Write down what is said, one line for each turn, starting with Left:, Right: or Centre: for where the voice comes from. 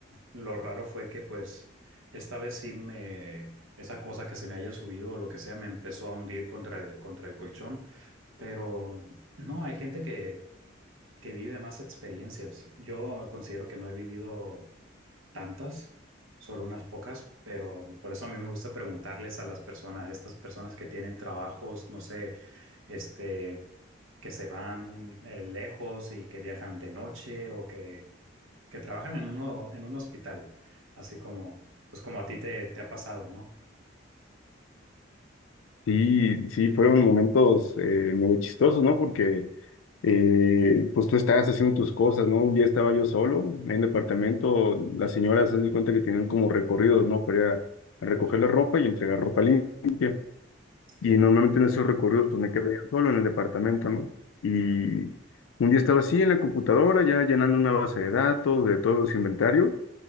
Right: lo raro fue que pues esta vez sí me, esa cosa que se me haya subido o lo que sea me empezó a hundir contra el, contra el colchón, pero no, hay gente que, que vive más experiencias. Yo considero que no he vivido tantas, solo unas pocas, pero por eso a mí me gusta preguntarles a las personas, estas personas que tienen trabajos, no sé, este, que se van eh, lejos y que viajan de noche o que, que trabajan en uno, en un hospital, así como, pues como a ti te, te ha pasado, ¿no?
Left: Sí, sí, fueron momentos eh, medio chistosos, ¿no? Porque eh, pues tú estabas haciendo tus cosas, ¿no? Un día estaba yo solo en el departamento, las señoras se dan cuenta que tienen como recorridos, ¿no? Para ir a, a recoger la ropa y entregar ropa limpia.
Right: Sí,
Left: Y normalmente en esos recorridos pues me quedé yo solo en el departamento, ¿no? Y un día estaba así en la computadora, ya llenando una base de datos de todos los inventarios,